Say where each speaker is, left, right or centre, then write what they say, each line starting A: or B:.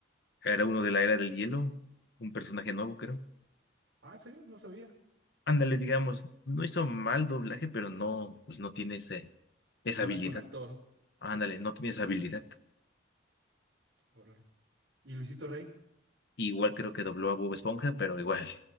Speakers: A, on the left; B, on the right.
A: Era uno de la Era del Hielo. Un personaje nuevo, creo.
B: Ah, ¿en serio? No sabía.
A: Ándale, digamos, no hizo mal doblaje, pero no, pues no tiene ese, esa
B: No
A: habilidad.
B: es un actor.
A: Ándale, no tiene esa habilidad.
B: Órale. ¿Y Luisito Rey?
A: Igual creo que dobló a Bob Esponja, pero igual